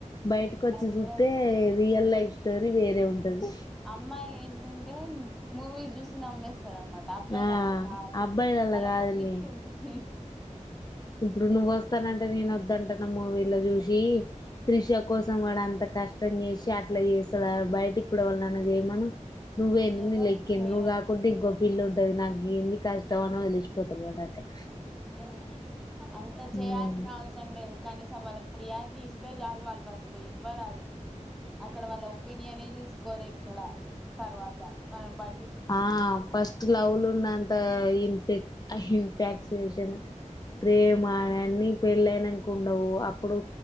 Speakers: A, on the left; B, in the centre.
A: బయటికి వచ్చి
B: ఎవరు
A: సూస్తే రియల్ లైఫ్ స్టోరీ వేరే ఉంటది
B: అమ్మాయిలు ఏంటంటే మూవీ చూసి నమ్మేస్త అనమాట అబ్బాయిలు
A: ఆ
B: అలా కాదు
A: అబ్బాయిలల్ల
B: అలాకు
A: కాదులే
B: ప్పిచి ఉంటాది
A: ఇప్పుడు నువ్వు వస్తానంటే నేను దంటన మూవీలో చూసి త్రిష కోసం సం వాడు అంత కష్టం చేసి అట్లా చేస్తారు బయట ఇప్పుడ ఒళ్ళుయిన చేయమను నువ్వేంది
B: ఎవరు
A: నీ లెక్కింది
B: చేయరు
A: నువ్వు కాకుంటే ఇంకో పిల్లు ఉంటది నాకు ఈయన్ని కష్టం అనీ ఒడిలేసిపో <unintelligible>
B: హమ్ అంత
A: ఉమ్
B: చేయాల్సిన అవసరం లేదు కనీసం వాళ్ళకి ప్రియారీటీ ఇస్తే చాలు వాళ్ళు ఫస్ట్ ఇవ్వరాది అక్కడ వాళ్ళ ఒపీనియనే చూసుకోర ఇక్కడ తర్వాత మనం బట్
A: ఆ ఫస్ట్ లవులు ఉన్నంత ఇన్ఫ ఇన్ఫాక్చుయేషన్ ప్రేమ అవన్నీ పెళ్లి అయినాక ఉండవు అప్పుడు